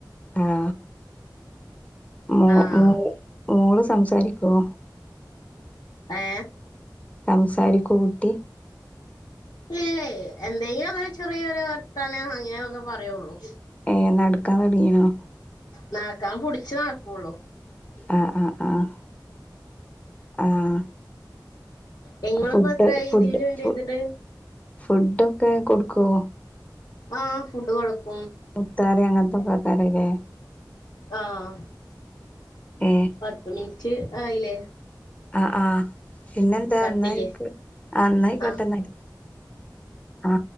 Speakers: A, on the left (about 20°); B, on the left (about 70°).
A: ആഹ മോ
B: ആഹ്
A: മോള് മോള് സംസാരിക്കുവോ??
B: ഏ
A: സംസാരിക്കോ കുട്ടി?
B: ഇല്ലേ, എന്തെങ്കിലും അങ്ങനെ ചെറിയരു വർത്തനോ അങ്ങനെയ ഒക്കെ പറയുള്ളൂ.
A: ഏ നടക്കാൻ തുടങ്ങിനൊ?
B: നടക്കാന് പുടിച്ച് നടക്കോള്ളു.
A: ആഹ് ആ ആഹ് ആഹ്
B: നിങ്ങളിപ്പോ
A: ഫുഡ്
B: എത്രയായി
A: ഫുഡ്
B: ഇതിൽ ജോയിൻ
A: ഫു
B: ചെയ്തിട്ട്
A: ഫുഡൊക്കെ കൊടുക്കോ?
B: ആഹ് ഫുഡ് കൊടുക്കും.
A: മുത്താറി അങ്ങൻതൊക്കെ ആക്കാറില്ലെ?
B: ആഹ്
A: ഏഹ്
B: പത്ത് മിനിറ്റ് ആയിലെ?
A: ആ ആഹ് പിന്നെന്താ
B: കട്ട്
A: ന്നാ ആയ്കോ
B: ചെയ്യ്
A: ന്നാ ആയ്കോട്ടെ
B: ആഹ്
A: ന്നാല്. ആ